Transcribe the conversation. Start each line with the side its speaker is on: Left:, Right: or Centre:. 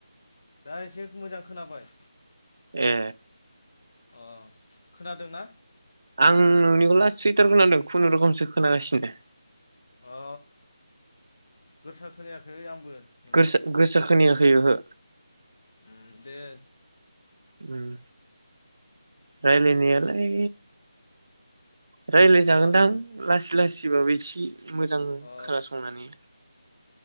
Left: दा एसे मोजां खोनाबाय।
Right: ए।
Left: अ खोनादोंना?
Right: आं नोंनिखौ लासैथार खोनादों खुनुरुखुमसो खोनागासिनो।
Left: अ गोसा खोनाया है आंबो नोंथां
Right: गोरसा गोरसा खोनायाख खै ओहो।
Left: उम बे
Right: उम रायलायनायालाय रायलायजागोनदां
Left: हा
Right: लासै लासै। एसेबाबो इसे मोजां
Left: अ
Right: खोनासंनानै